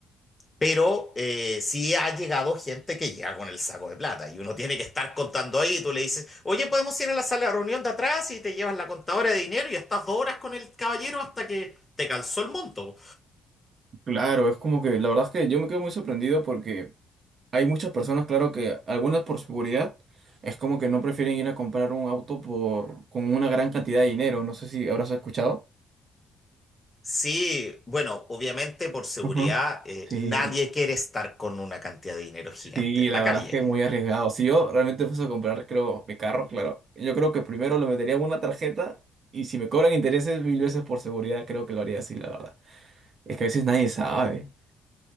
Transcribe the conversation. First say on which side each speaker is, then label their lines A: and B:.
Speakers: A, on the left; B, on the right.
A: pero eh, sí ha llegado gente que llega con el saco de plata y uno tiene que estar contando ahí y tú le dices, oye, podemos ir a la sala de reunión de atrás y te llevas la contadora de dinero y estás dos horas con el caballero hasta que te calzó el monto.
B: Claro, es como que la verdad es que yo me quedo muy sorprendido porque hay muchas personas, claro que algunas por seguridad, es como que no prefieren ir a comprar un auto por con una gran cantidad de dinero. No sé si habrás escuchado.
A: Sí, bueno, obviamente por seguridad
B: Ujú.
A: eh,
B: Sí.
A: nadie quiere estar con una cantidad de dinero gigante
B: Sí,
A: en
B: la
A: la calle.
B: verdad es que es muy arriesgado. Si yo realmente fuese a comprar, creo, mi carro, claro, yo creo que primero lo metería en una tarjeta y si me cobran intereses mil veces por seguridad, creo que lo haría así, la verdad. Es que a veces nadie sabe.